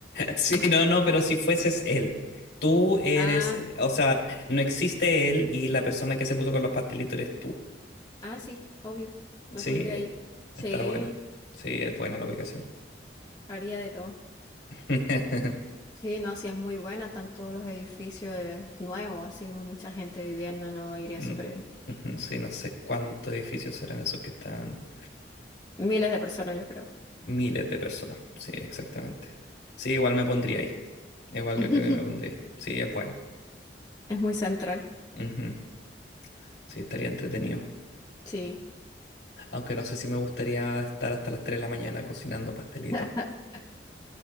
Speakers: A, on the left; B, on the left.
A: Sí, no, no, pero si fueses él, tú eres,
B: <laughs>
A: eh,
B: ah
A: o sea, no existe él y la persona que se puso con los pastelitos eres tú.
B: Ah, sí, obvio. Me
A: Sí,
B: pondría
A: eh,
B: ahí. Sí,
A: está bueno. Sí, es buena la ubicación.
B: haría de todo.
A: <laughs>
B: Sí, no, sí es muy buena, están todos los edificios eh, nuevos, así mucha gente viviendo, no iría
A: Mm,
B: súper bien.
A: ujú, Sí, no sé cuántos edificios serán esos que están.
B: Miles de personas, yo creo.
A: Miles de personas. Sí, exactamente. Sí, igual me pondría ahí. Igual
B: <laughs>
A: yo creo que me pondría ahí. Sí, es bueno.
B: Es muy central,
A: Ujú. Sí, estaría entretenido.
B: sí.
A: Aunque no sé si me gustaría estar hasta las 3 de la mañana cocinando pastelitos.
B: <laughs>